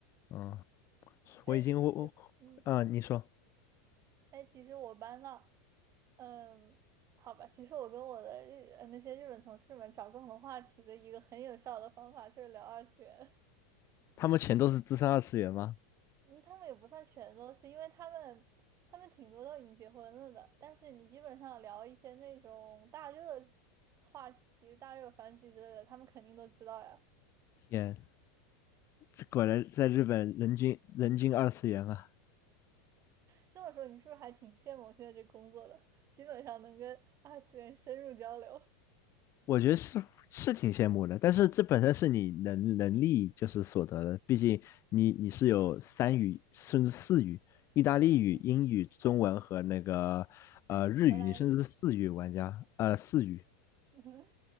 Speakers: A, on the left (about 35°); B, on the right (about 40°).
A: 嗯，
B: 哎，
A: 我已经我我啊，
B: 其实，嗯，
A: 你说
B: 哎，其实我搬到，嗯，好吧，其实我跟我的日呃那些日本同事们找共同话题的一个很有效的方法就是聊二次元。
A: 他们全都是资深二次元吗？
B: <laughs> 嗯，他们也不算全都是，因为他们他们挺多都已经结婚了的，但是你基本上聊一些那种大热话题、大热番剧之类的，他们肯定都知道呀。
A: 天。这果然在日本人均人均二次元啊，
B: 这么说，你是不是还挺羡慕我现在这工作的？基本上能跟二次元深入交流。
A: 我觉得是是挺羡慕的，但是这本身是你能能力就是所得的，毕竟你你是有三语甚至四语，意大利语、
B: 嗯哼，
A: 英语、中文和那个呃日语，
B: 荷兰语。
A: 你甚至是四语玩家，呃四语，
B: 嗯哼，